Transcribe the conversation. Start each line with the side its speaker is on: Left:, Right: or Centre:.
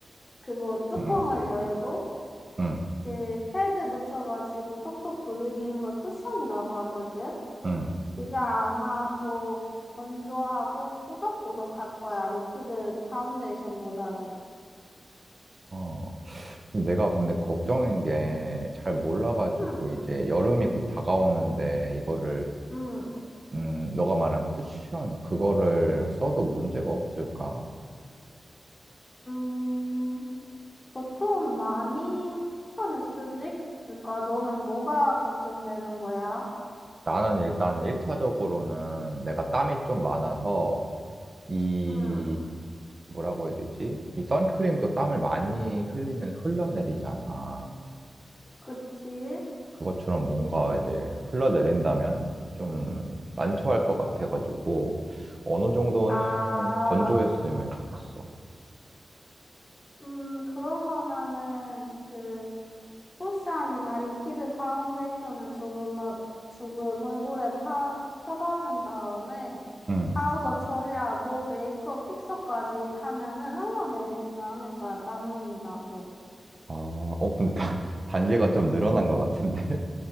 Left: 그거 뚜껑을
Right: 음,
Left: 열고
Right: 음,
Left: 그 패드 묻혀가지고 톡톡 두들기는 걸 쿠션이라고 하거든.
Right: 음.
Left: 그게 아마 더 건조하고 꾸덕꾸덕할 거야. 리퀴드 파운데이션보다는.
Right: 아, 내가 근데 걱정인 게 잘 몰라가지고
Left: 응
Right: 이제 여름이 곧 다가오는데 이거를
Left: 응
Right: 음, 너가 말한 쿠션 그거를 써도 문제가 없을까?
Left: 음. 보통 많이 쿠션을 쓰지? 그러니까 너는 뭐가 걱정되는 거야?
Right: 나는 일단 일차적으로는 내가 땀이 좀 많아서 이
Left: 응
Right: 뭐라고 해야 되지? 이 선크림도 땀을 많이 흘리면 흘러내리잖아.
Left: 그치?
Right: 그것처럼 뭔가 이제 흘러내린다면 좀 난처할 것 같아가지고 어느 정도는
Left: 아,
Right: 건조했으면 좋겠어.
Left: 음, 그런 거면은 그 쿠션이나 리퀴드 파운데이션을 조금, 얼- 조금 얼굴에 파, 펴바른 다음에
Right: 응.
Left: 파우더 처리하고 메이크업 픽서까지 하면은 흘러내리지는 않을 거야. 땀 흘린다고.
Right: 아, 어, 근데 다- <laughs> 단계가 좀 늘어난 것 같은데.